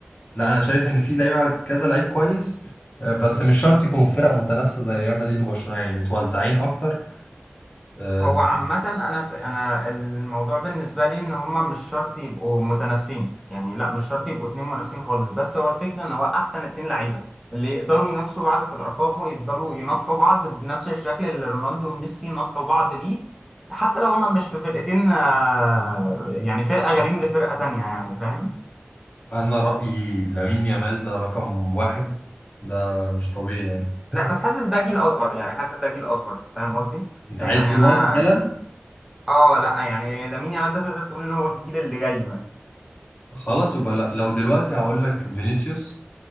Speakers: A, on the left; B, in the centre.
A: لا انا شايف ان في لعيبة كذا لعيب كويس آه، بس مش شرط يكونوا في فرق متنافسة زي ريال مدريد وبرشلونة يعني متوزعين اكتر آه،
B: هو
A: زي
B: عامة أنا في أنا الموضوع بالنسبة لي إن هما مش شرط يبقوا متنافسين يعني لا مش شرط يبقوا اتنين منافسين خالص بس هو الفكرة إن هو أحسن اتنين لعيبة اللي يقدروا ينافسوا بعض في الأرقام ويفضلوا يناطحوا بعض بنفس الشكل اللي رونالدو وميسي ناطحوا بعض بيه حتى لو هما مش في فرقتين آه، يعني فرقة غريم لفرقة تانية يعني فاهم
A: انا رأيي لامين يامال ده رقم واحد ده مش طبيعي يعني
B: لا بس حاسس ده جيل أصغر يعني حاسس ده جيل أصغر فاهم قصدي
A: انت
B: يعني
A: عايز دلوقتي
B: أنا
A: حالا
B: آه لا يعني لامين يامال ده تقدر تقول إن هو الجيل اللي جاي مثلا
A: خلاص يبقى لو لو دلوقتي هقول لك فينيسيوس